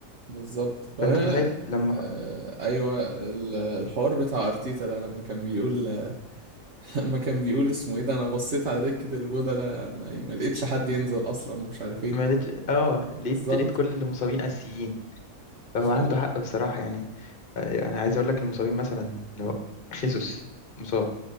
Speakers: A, on the right; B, on the left.
A: بالظبط بعدين
B: فأنت تخيل لما
A: آه ايوه ال- الحوار بتاع ارتيتا ده لما كان بيقول <laughs> لما كان بيقول اسمه ايه ده انا بصيت على دكة البودلة ما, يعني ما لقيتش حد ينزل اصلا ومش عارف ايه
B: ما لقيت اه
A: بالظبط
B: لقيت لقيت كل اللي مصابين أساسيين فهو
A: فال...
B: عنده حق بصراحة يعني آه، يعني عايز أقول لك المصابين مثلا لو خيسوس مصاب